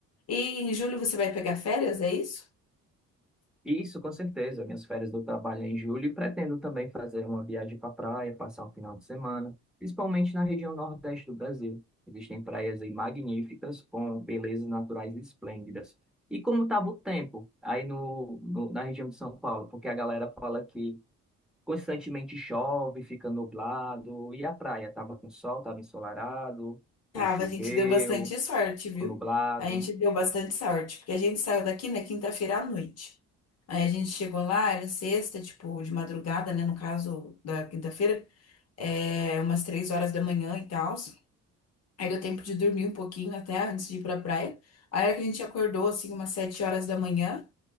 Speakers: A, on the left (about 55°); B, in the centre.
A: E em julho você vai pegar férias, é isso?
B: Isso, com certeza. Minhas férias do trabalho é em julho e pretendo também fazer uma viagem para a praia, passar um final de semana, principalmente na região nordeste do Brasil. Existem praias aí magníficas, com belezas naturais esplêndidas. E como estava o tempo aí no, no- na região de São Paulo? Porque a galera fala que constantemente chove, fica nublado, e a praia estava com sol, estava ensolarado,
A: Tava,
B: ou choveu,
A: a gente deu bastante sorte, viu?
B: ou nublado.
A: A gente deu bastante sorte, porque a gente saiu daqui na quinta-feira à noite. Aí a gente chegou lá, era sexta, tipo, de madrugada, né? No caso da quinta-feira, é umas três horas da manhã e tal. Aí deu tempo de dormir um pouquinho até antes de ir pra praia. Aí a hora que a gente acordou, assim, umas sete horas da manhã,